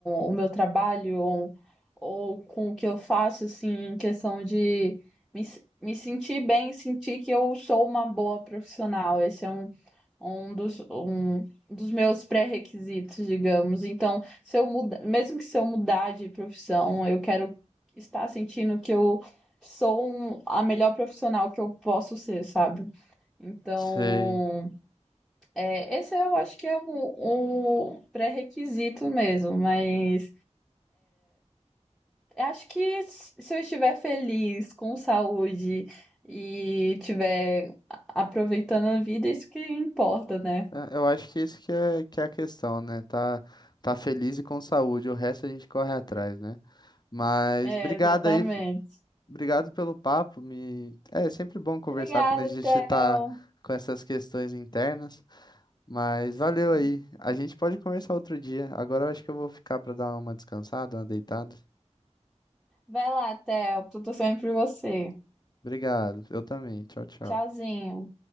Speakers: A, in the centre; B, on the left (about 35°).
A: o meu trabalho ou, ou com o que eu faço, assim, em questão de me, s- me sentir bem, sentir que eu sou uma boa profissional. Esse é um, um dos, um dos meus pré-requisitos, digamos. Então, se eu muda, mesmo que se eu mudar de profissão, eu quero estar sentindo que eu sou um- a melhor profissional que eu posso ser, sabe? Então,
B: Sei.
A: é, esse eu acho que é o um pré-requisito mesmo, mas acho que se eu estiver feliz, com saúde e estiver a- aproveitando a vida, isso que importa, né?
B: É, Eu acho que isso que é, que é a questão, né? Tá, tá feliz e com saúde, o resto a gente corre atrás, né? Mas
A: É,
B: obrigado
A: exatamente.
B: aí, Obrigado pelo papo. Me... É sempre bom conversar
A: Obrigada,
B: quando a gente
A: Theo.
B: tá com essas questões internas, mas
A: Sim.
B: valeu aí. A gente pode conversar outro dia. Agora eu acho que eu vou ficar para dar uma descansada, uma deitada.
A: Vai lá, Theo. Tô torcendo por você.
B: Obrigado. Eu também. Tchau, tchau.
A: Tchauzinho.